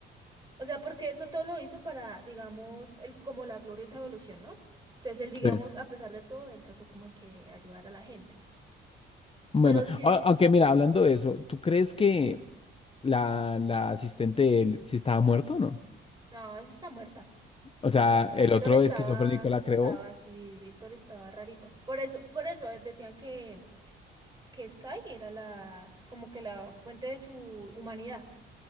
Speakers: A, on the right; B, on the left.
A: O sea, porque eso todo lo hizo para, digamos, el, como la gloriosa evolución, ¿no? Entonces él, digamos,
B: sí.
A: a pesar de todo, él trató como que ayudar a la gente.
B: Bueno,
A: Pero sí,
B: a- aunque mira, hablando de eso, ¿tú crees que la, la asistente de él sí estaba muerto o no?
A: no, esa está muerta.
B: O
A: Eh,
B: sea,
A: Vi-
B: el
A: Víctor
B: otro
A: estaba,
B: esquizofrénico la creó.
A: estaba así, Víctor estaba rarito. Por eso, por eso eh, decían que, que Sky era la, como que la fuente de su humanidad.